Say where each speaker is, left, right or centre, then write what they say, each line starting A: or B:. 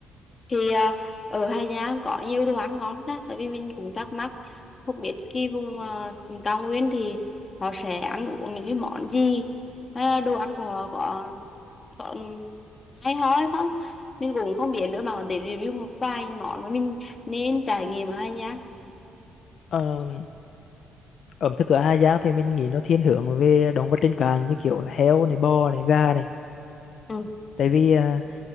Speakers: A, on the left (about 35°); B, on the left (about 65°).
A: thì à, ở Hà Giang có nhiều đồ ăn ngon ta tại vì mình cũng thắc mắc không biết cái vùng à, cao nguyên thì họ sẽ ăn uống những cái món gì hay là đồ ăn của họ có có hay ho hay không mình cũng không biết nữa mà để review một vài món mà mình nên trải nghiệm ở Hà Giang
B: Ờ, ẩm thực ở Hà Giang thì mình nghĩ nó thiên hướng về động vật trên cạn như kiểu heo này bò này gà này
A: ừ.
B: tại vì ờ,